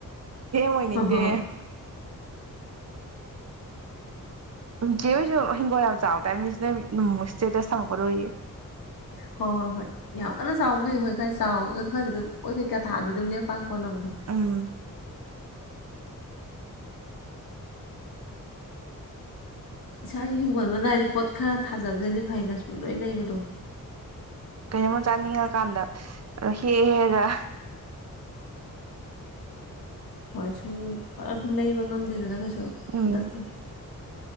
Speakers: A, on the right (about 50°); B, on the left (about 85°).
A: ꯃꯣꯏꯅꯤꯡꯗꯦ
B: ꯍꯣꯏ ꯍꯣꯏ ꯍꯣꯏ
A: ꯅꯨꯡꯆꯦ ꯍꯣꯏꯁꯨ ꯍꯤꯡꯒꯣꯜ ꯌꯥꯝ ꯆꯥꯎ ꯇ ꯃꯤꯁꯤꯅꯦ ꯅꯃꯁꯦꯗ ꯁꯒꯔ ꯑꯣꯏꯌꯦꯦ
B: ꯍꯣꯏ ꯍꯣꯏ ꯍꯣꯏ ꯌꯥꯝ ꯀꯟꯅ ꯆꯥꯎꯕꯗꯤ ꯍꯣꯏ ꯈꯔ ꯆꯥꯎꯒ ꯈꯔꯗꯤ ꯑꯗꯨꯝꯣꯏꯩ ꯀꯥ ꯊꯥꯗꯤ ꯑꯗꯨꯝꯦꯝ ꯄ ꯄꯗ ꯑꯗꯨ
A: ꯎꯝ
B: ꯏꯁꯥ ꯀ ꯍꯤꯡꯒꯜ ꯃ ꯍꯥꯏꯗꯤ ꯄꯣꯠ ꯈꯥ ꯊꯥꯖꯕꯗꯤ ꯐꯩꯗ ꯁꯨꯝ ꯂꯣꯏ ꯂꯩꯕꯗꯣ
A: ꯀꯩꯅꯕ ꯆꯥꯅꯤꯡꯉ ꯀꯥꯟꯗ ꯍ ꯍꯦꯒ
B: ꯋꯥꯁꯨꯨꯝ ꯑꯗꯨꯝ ꯂꯩꯕ ꯉꯝꯗꯦ ꯖꯥ ꯀꯩꯁꯨ
A: ꯎꯝ
B: ꯈꯨꯗꯛꯇꯗꯤ